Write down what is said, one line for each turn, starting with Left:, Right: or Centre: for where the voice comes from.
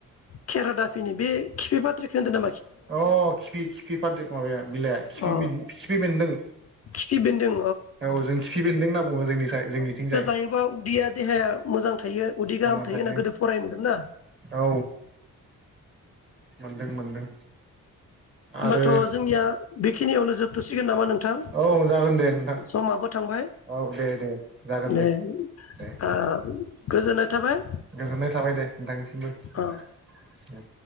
Left: केेरादा दि बे खिफ बाथ्राखौ खोनदो
Right: अ खिफि खिफिफादो माबाया बिलाइआ खफ
Left: अ
Right: खिफि बेन्दों
Left: खिफि बेन्दों
Right: औ जों खिफि बेनदों होनना बुं जोंनि जोंनिथिंजाय
Left: औ बेखौ जायोबा उदैया देहाया मोजां थायो उदै गाहाम
Right: मोनामफायो
Left: थायो होना गोदो फरायनोन ना
Right: औ मोनदों मोनदों
Left: होमबाथ'
Right: आरो
Left: जोंनिया बेखिनियावनो जोबथ'सिगोन नामा नोंथां
Right: औ जागोन दे नोंथां
Left: समाबो थांबाय
Right: औ दे दे जागोन
Left: दे
Right: दे
Left: आ गोजोननाय थाबाय
Right: गोजोननाय थाबाय दे नोंथांनिस बिनो
Left: औ